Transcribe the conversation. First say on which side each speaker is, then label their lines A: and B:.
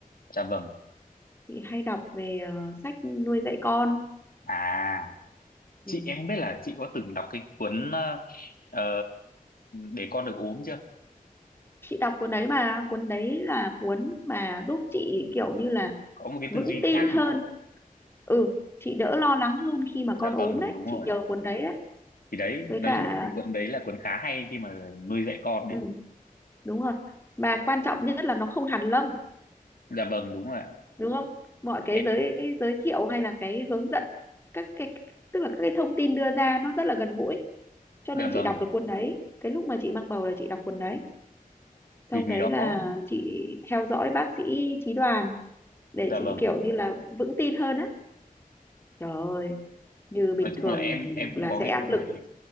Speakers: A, on the left; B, on the left.
A: dạ vâng
B: chị hay đọc về ờ, sách nuôi dạy con
A: à
B: ừ.
A: chị em biết là chị có từng đọc cái cuốn ờ, ờ, để con được ốm chưa
B: chị đọc cuốn đấy mà cuốn đấy là cuốn mà giúp chị kiểu như là
A: có một cái
B: vững
A: tư duy
B: tin
A: khác
B: hơn
A: đúng không
B: ừ chị đỡ lo lắng hơn khi mà
A: dạ
B: con ốm
A: vâng
B: đấy
A: đúng rồi
B: chị nhờ cuốn đấy đấy
A: thì đấy
B: với cả
A: nói chung là cái cuốn đấy là cuốn khá hay khi mà nuôi dạy con
B: ừ,
A: đấy
B: đúng rồi mà quan trọng nhất là nó không hàn lâm
A: dạ vâng đúng rồi ạ.
B: đúng không mọi cái
A: em
B: giới giới thiệu hay là cái hướng dẫn các cái tức là các cái thông tin đưa ra nó rất là gần gũi cho nên
A: dạ
B: chị
A: vâng
B: đọc được cuốn đấy cái lúc mà chị mang bầu là chị đọc cuốn đấy xong
A: thì thì
B: đấy
A: đó
B: là chị theo dõi bác sĩ Chí Đoàn để
A: dạ
B: chị
A: vâng
B: kiểu như là vững tin hơn á. Trời ơi, như bình
A: nói chung
B: thường
A: là em em cũng
B: là
A: có
B: sẽ
A: cái
B: áp
A: cuốn
B: lực.
A: đấy